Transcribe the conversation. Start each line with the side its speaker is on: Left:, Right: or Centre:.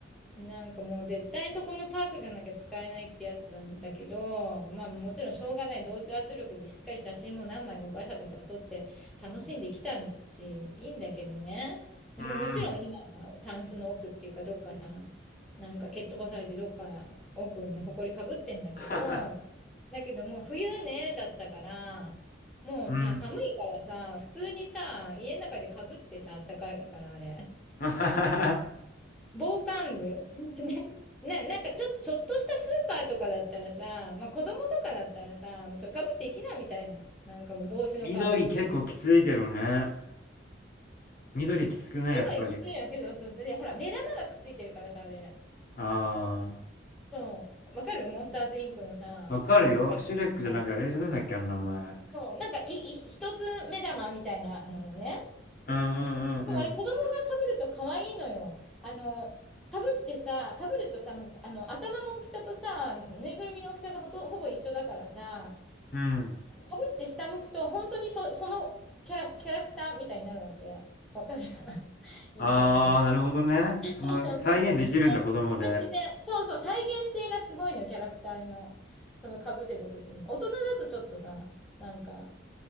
Centre: なんかもう絶対そこのパークじゃなきゃ使えないってやつなんだけど、まあもちろんしょうがない同調圧力でしっかり写真も何枚もバシャバシャ撮って楽しんできたし、いいんだけどね。でももちろん今はタンスの奥っていうかどっかさ、
Left: うん。
Centre: なんか蹴っ飛ばされてどっか奥に埃かぶってんだけど、
Left: <laughs>
Centre: だけどもう冬ね、だったから、もうさ、
Left: うん。
Centre: 寒いからさ、普通にさ、家の中でかぶってさ、あったかいからあれ。
Left: <laughs>
Centre: 防寒具 <laughs> ね、な、なんかちょ、ちょっとしたスーパーとかだったらさ、まあ、子供とかだったらさ、もうそれかぶっていきなみたいな。なんかもう帽子の代わりに。
Left: 緑結構きついけどね。
Centre: ん
Left: 緑きつくないやっぱり。
Centre: 緑きついんやけど、そうそうで、ほら、目玉がくっついてるからさ、あれ。
Left: あ
Centre: そう。わかるモンスターズインクのさ、
Left: あ、わかるよ。
Centre: キャラクターって
Left: シュレックじゃなくて、あれじゃなんだっけ、あの名前。
Centre: そう、なんかい、い、一つ目玉みたいなののね。
Left: うんうんうん
Centre: でもあれ、子供がかぶると可愛いのよ。あの、かぶってさ、かぶるとさ、もう、あの、頭の大きさとさ、ぬいぐるみの大きさがほと、ほぼ一緒だからさ、
Left: うん。うん。
Centre: かぶって下向くと、本当にそ、そのキャラ、キャラクターみたいになるわけ。わかるかな <laughs> イメージが。
Left: ああ、
Centre: <laughs>
Left: なるほどね。その、
Centre: そうそう。
Left: 再現できるんだ、子供で。
Centre: で、自然、そうそう、再現性がすごいのよ、キャラクターの、そのかぶせた時に。大人だとちょっとさ、なんか、